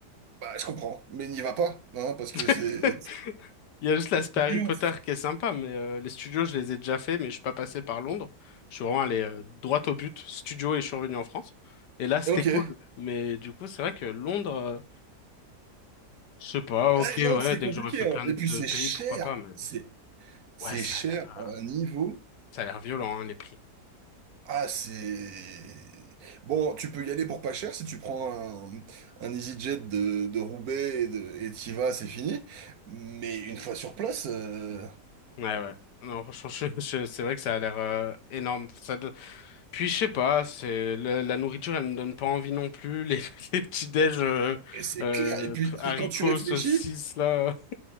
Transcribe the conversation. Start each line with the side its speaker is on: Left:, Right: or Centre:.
Right: bah, je comprends, mais n'y va pas, hein, parce que c'est.
Left: <laughs> Il y a juste l'aspect
Right: D'une-
Left: Harry Potter qui est sympa, mais euh, les studios, je les ai déjà fait, mais je suis pas passé par Londres. Je suis vraiment allé euh, droit au but, studio, et je suis revenu en France. Et là, c'était
Right: Ok.
Left: cool. Mais du coup, c'est vrai que Londres, euh, je sais pas,
Right: Ouais,
Left: ok, ouais,
Right: non, c'est
Left: dès
Right: compliqué.
Left: que j'aurais fait plein
Right: hein. Et
Left: de
Right: puis c'est
Left: pays,
Right: cher.
Left: pourquoi pas, mais
Right: C'est c'est
Left: ouais, ça
Right: cher
Left: a l'air
Right: à
Left: euh,
Right: un niveau.
Left: ça a l'air violent, hein, les prix.
Right: Ah, c'est... Bon, tu peux y aller pour pas cher si tu prends un, un EasyJet de, de Roubaix et de, et t'y vas, c'est fini. Mais une fois sur place, euh,
Left: Ouais, ouais. Non, franchement, <laughs> je- je- c'est vrai que ça a l'air euh, énorme. Ça, Puis je sais pas, c'est la, la nourriture, elle me donne pas envie non plus. Les, <laughs> les petits déj euh,
Right: et c'est
Left: euh,
Right: clair. Et puis,
Left: p- haricots,
Right: c'est- quand tu réfléchis,
Left: saucisses là,